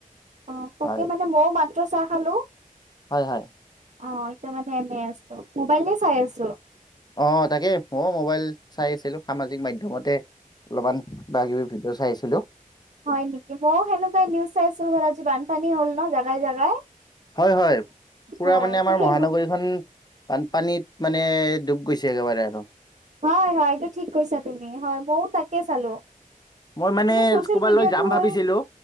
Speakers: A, on the right; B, on the left.
A: অ তাকে
B: হয়
A: মানে মইয়ো মাত্ৰ চাহ খালো।
B: হয় হয়।
A: অ এতিয়া মানে এনেই আছো মোবাইলে চাই আছো
B: অ তাকে ময়ো মোবাইল চাই আছিলো সামাজিক মাধ্যমতে অলপমান কিবা কিবি ভিডিঅ' চাই আছিলো
A: হয় নেকি মইও কেনেকুৱাই নিউজ চাইছিলো ধৰ আজি বানপানী হল ন জাগাই জাগাই
B: হয় হয় পুৰা
A: হয়
B: মানে আমাৰ
A: ত সেইবোৰ
B: মহানগৰীখন বানপানীত মানে ডুব গৈছে একেবাৰে আৰু
A: হয় হয় এইটো ঠিক কৈছা তুমি হয় মইয়ো তাকে চালো
B: মই মানে
A: চচিয়েল
B: ক'ব
A: মিডিয়াটো
B: লৈ যাম ভাবিছিলো
A: হয়